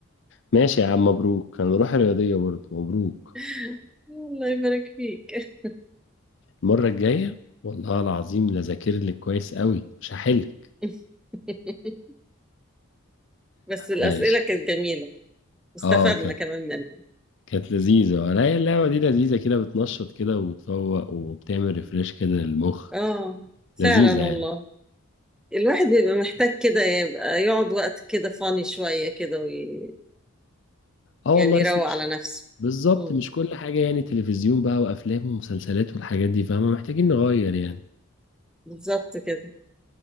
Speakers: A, on the left (about 55°); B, in the centre.
A: ماشي يا عم مبروك هنروح الرياضية برضه مبروك
B: <laughs> الله يبارك فيك
A: المرة الجاية والله العظيم لا ذاكر لك كويس قوي مش هحلك
B: <laughs> بس الأسئلة
A: ماشي
B: كانت جميلة استفدنا
A: اه كانت
B: كمان منها
A: كانت لذيذة ولا هي اللعبة دي لذيذة كده بتنشط كده وبتفوق وبتعمل ريفريش كده للمخ
B: اه فعلا
A: لذيذة يعني
B: والله الواحد بيبقى محتاج كده يبقى يقعد وقت كده فاني شوية كده وي...
A: اه
B: يعني
A: والله
B: يروق
A: اصل مش
B: على نفسه
A: بالظبط
B: مم.
A: مش كل حاجة يعني تلفزيون بقى وأفلام ومسلسلات والحاجات دي فاهمة محتاجين نغير يعني
B: بالظبط كده